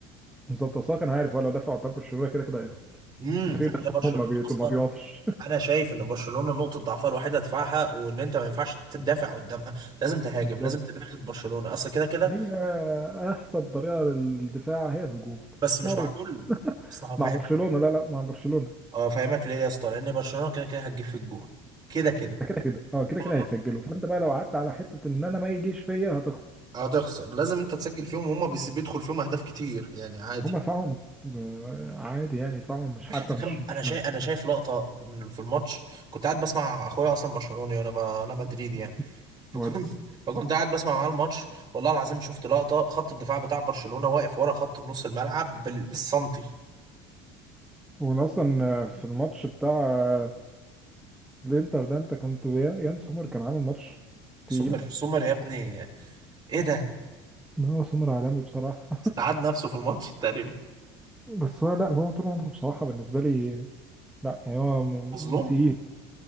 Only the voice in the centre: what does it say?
بالظبط اصلا كان عارف هو لو دفع قدام برشلونه كده كده هيخسر
بس فريق
ده ما بي...
ما بيقفش
<laughs>
بالظبط
هي احسن طريقه للدفاع هي الهجوم
معروف
مع برشلونه
لا لا مع برشلونه
ده كده كده اه كده
كده هيسجلوا فانت بقى لو قعدت على حته ان انا ما يجيش فيا هتخسر
هما دفاعهم آه، عادي يعني دفاعهم مش
حتى
مش مش
من
<laughs>
ودي
وانا اصلا في الماتش بتاع الانتر ده انت كنت يان سومر كان عامل ماتش
تقيل
لا سومر عالمي بصراحة
<laughs> بس هو لا هو طول عمره بصراحة بالنسبة لي لا يعني هو م-
تقيل